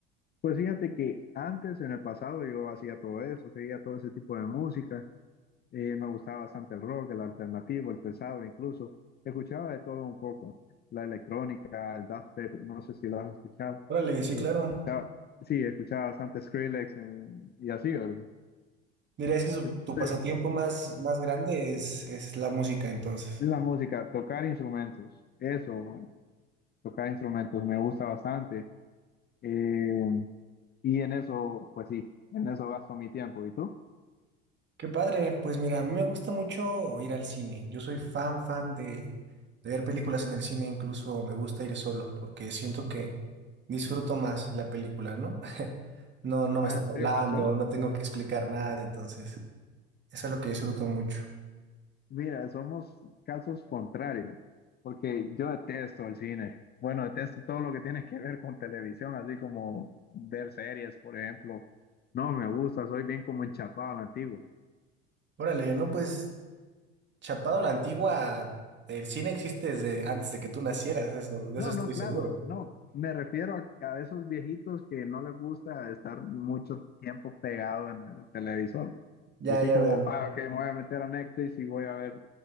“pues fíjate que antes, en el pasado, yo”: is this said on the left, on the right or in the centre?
Left